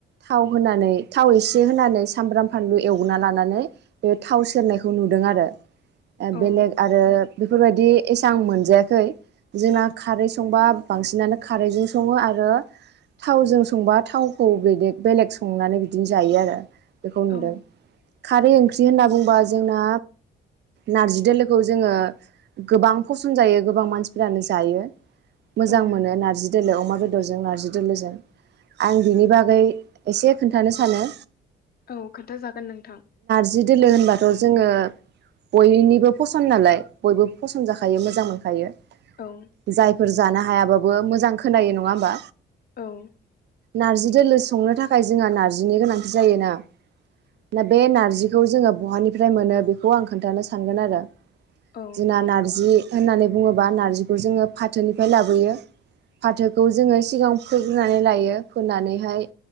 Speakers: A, on the right; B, on the left.
A: थाव होनानै थाव एसे होनानै सामब्राम फानलु एवगना लानानै बे थाव सेरनायखौ नुदों आरो
B: औ
A: बेलेग आरो बेफोरबायदि एसेबां मोनजायाखै जोंना खारै संबा बांसिनानो खारैजों सङो आरो थावजों संबा थावखौ बेलेग- बेलेग संनानै -' बिदिनो जायो आरो बेखौ नुदों
B: औ
A: खारै ओंख्रि होनना बुंबा जोंना नारजि दोलोखौ जोङो गोबां फसन जायो गोबां मानसिफोरानो जायो मोजां
B: औ
A: मोनो नार्जि दोलो अमा बेदरजों नार्जि दोलोजों आं बिनि बागै एसे खोन्थानो सानो
B: औ खोन्थ जागोन नोंथां
A: नारजि दोलो होनबाथ' जोङो बयनिबो फसन्द नालाय बयबो फसन जाखायो मोजां मोनखायो
B: औ
A: जाय फोर जानो हायाबाबो मोजां खोनायो नङा होमबा
B: औ ओं
A: नारजि दोलो संनो थाखाय जोंहा नार्जिनि गोनांथि जायोना ना बे नार्जिखौ जोङो बहानिफ्राय मोनो बेखौ आं खोन्थानो सानगोन आरो
B: औ
A: जोंना नार्जि होननानै बुङोब्ला नार्जिखौ जोङो फाथोनिफ्राय लाबोयो फाथोखौ जोङो सिगां फोग्रोनानै लायो फोनानैहाय